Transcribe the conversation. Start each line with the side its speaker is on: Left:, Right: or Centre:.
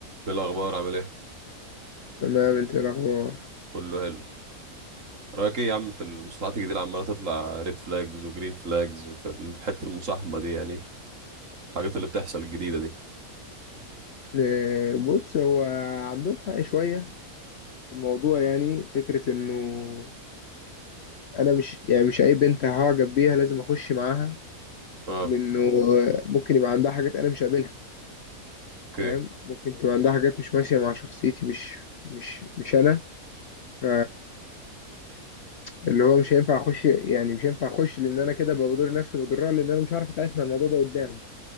Right: ايه الاخبار عامل ايه
Left: تمام انت ايه الاخبار
Right: كله حلو رايك ايه يا عم في المصطلحات الجديده اللي عماله تطلع ريد فلاجز وجرين فلاجز وفي ال- حته المصاحبه دي يعني الحاجات اللي بتحصل الجديده دي
Left: آه، بص هو عندهم حق شويه في الموضوع يعني فكره انه انا مش يعني مش اي بنت هعجب بيها لازم اخش معاها
Right: اه
Left: لانه آه، ممكن يبقى عندها حاجات انا مش قابلها
Right: اوكي
Left: فاهم ممكن تبقى عندها حاجات مش ماشيه مع شخصيتي مش مش مش انا ف اللي هو مش هينفع اخش يعني مش هينفع اخش لان انا كده بضر نفسي وبضرها لان انا مش عارف اتعامل مع الموضوع ده قدام